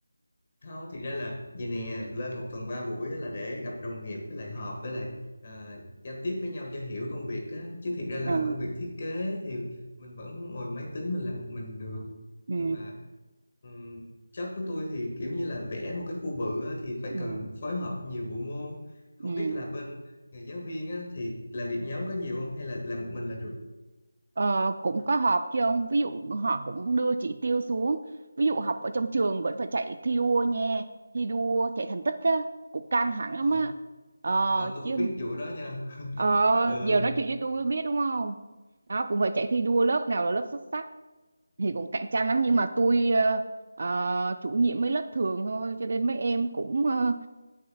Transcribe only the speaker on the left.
không thực ra là vậy nè lên một tuần ba buổi á là để gặp đồng nghiệp với lại họp với lại ờ, giao tiếp với nhau cho hiểu công việc á chứ thiệt ra là
công việc thiết kế thì mình vẫn ngồi máy tính mình làm một mình được
nhưng mà ừm, job của tôi thì kiểu như là vẽ một cái khu bự á, thì phải
cần phối hợp nhiều bộ môn không
biết là bên người giáo viên á, thì làm việc nhóm có nhiều không hay là làm một mình là được
Ồ,
ờ, tôi
không biết vụ đó nha
Ờ, ờ.